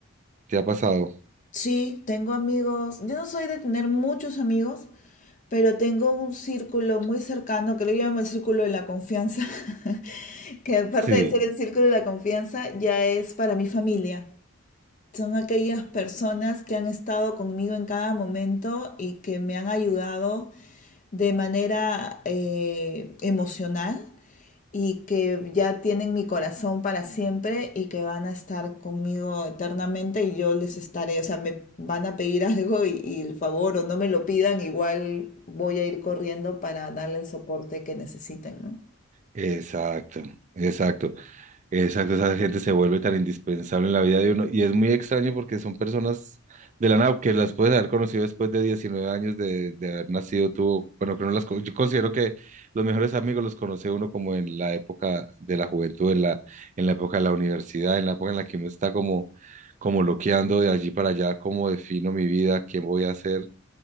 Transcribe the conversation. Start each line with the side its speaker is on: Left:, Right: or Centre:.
Right: ¿Te ha pasado?
Left: Sí, tengo amigos. Yo no soy de tener muchos amigos, pero tengo un círculo muy cercano que lo llamo el círculo de la confianza, <laughs> que aparte
Right: Sí,
Left: de ser el círculo de la confianza, ya es para mi familia son aquellas personas que han estado conmigo en cada momento y que me han ayudado de manera eh, emocional y que ya tienen mi corazón para siempre y que van a estar conmigo eternamente y yo les estaré, o sea, me van a pedir <laughs> algo y, y el favor o no me lo pidan, igual voy a ir corriendo para darle el soporte que necesiten, ¿no?
Right: exacto, exacto. Exacto, esa gente se vuelve tan indispensable en la vida de uno y es muy extraño porque son personas de la nada que las puedes haber conocido después de 19 años de, de haber nacido tú. Bueno, que no las, co- yo considero que los mejores amigos los conoce uno como en la época de la juventud, en la, en la época de la universidad, en la época en la que uno está como, como loqueando de allí para allá, cómo defino mi vida, quién voy a ser.